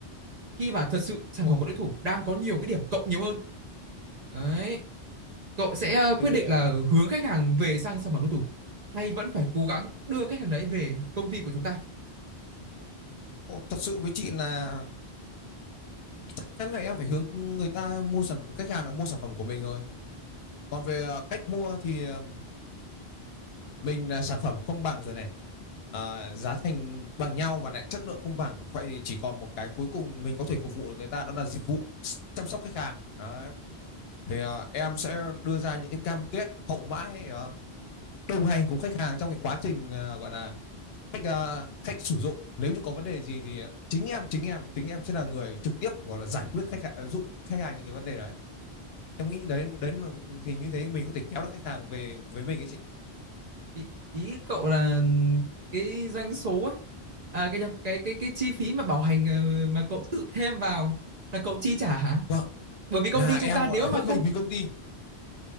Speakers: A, on the right (about 50°); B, on the left (about 70°).
A: khi mà thật sự sản
B: Ồ,
A: phẩm của đối thủ đang có nhiều cái điểm cộng nhiều hơn đấy cậu sẽ ờ,
B: thế
A: quyết
B: thì
A: định
B: ờ,
A: là hướng khách hàng về sang sản phẩm đối thủ hay vẫn phải cố gắng đưa khách hàng đấy về công ty của chúng ta
B: ồ, thật sự với chị là chắc chắn là em phải hướng người ta mua sản khách hàng là mua sản phẩm của mình rồi. Còn về ờ, cách mua thì ờ, mình là sản phẩm không bằng rồi này à, giá thành bằng nhau mà lại chất lượng không bằng vậy thì chỉ còn một cái cuối cùng mình có thể phục vụ được người ta đó là dịch vụ chăm sóc khách hàng Đấy. thì à, em sẽ đưa ra những cái cam kết hậu mãi à, đồng hành cùng khách hàng trong cái quá trình à, gọi là khách à, khách sử dụng nếu như có vấn đề gì thì chính em chính em chính em sẽ là người trực tiếp gọi là giải quyết khách hàng giúp khách hàng những cái vấn đề đấy em nghĩ đấy đấy thì như thế mình có thể kéo được khách hàng về với mình ấy chị
A: ý, ý cậu là cái doanh số ấy à cái nhầm cái cái cái chi phí mà bảo hành ờ, mà cậu tự thêm vào là cậu chi trả hả
B: vâng
A: bởi vì công
B: là
A: ty
B: em
A: chúng ta
B: gọi
A: nếu
B: là hết
A: mà không
B: mình vì công ty